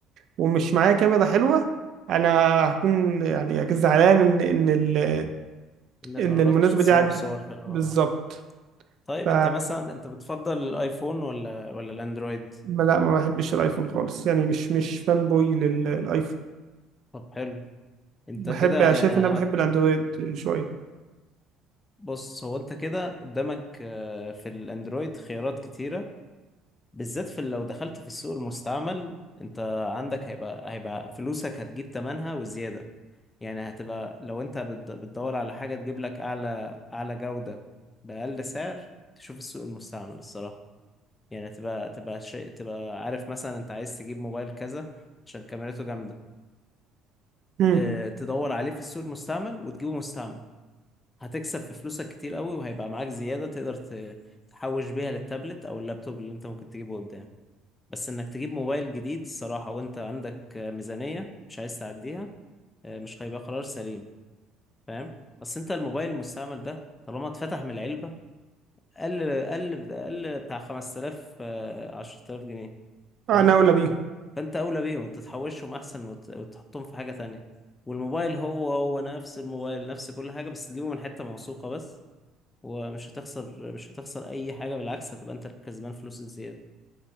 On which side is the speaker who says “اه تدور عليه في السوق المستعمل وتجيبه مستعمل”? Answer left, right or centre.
Left